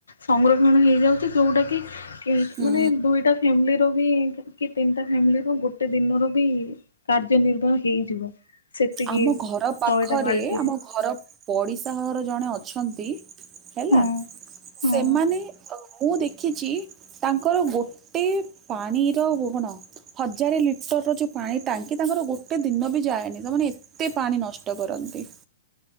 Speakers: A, on the left; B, on the right.
A: ସଂଗ୍ରକ୍ଷଣ ହେଇଯାଉଛି ଯୋଉଟାକି
B: ହୁଁ।
A: ମାନେ ଦୁଇଟା ଫ୍ୟାମିଲି ର ବି କି ତିନିଟା ଫ୍ୟାମିଲି ର ଗୋଟେ ଦିନର ବି କାର୍ଯ୍ୟ ନିର୍ବାହ ହେଇଯିବ। ସେତିକି
B: ଆମ ଘର ପାଖରେ
A: ଶହେଟା ବାଲ୍ଟିରେ
B: ଆମ ଘର ପଡ଼ିଶା ଘର ଜଣେ ଅଛନ୍ତି ହେଲା
A: ହଁ ହଁ।
B: ସେମାନେ ଅ ମୁଁ ଦେ ଖିଚି ତାଙ୍କର ଗୋଟେ ପାଣିର ଗୋଗୋଣ ହଜାରେ ଲିଟର ର ଯୋଉ ପାଣି ଟାଙ୍କି ତାଙ୍କର ଗୋଟେ ଦିନ ବି ଯାଏନି ତମାନେ ଏ ତେ ପାଣି ନଷ୍ଟ କରନ୍ତି।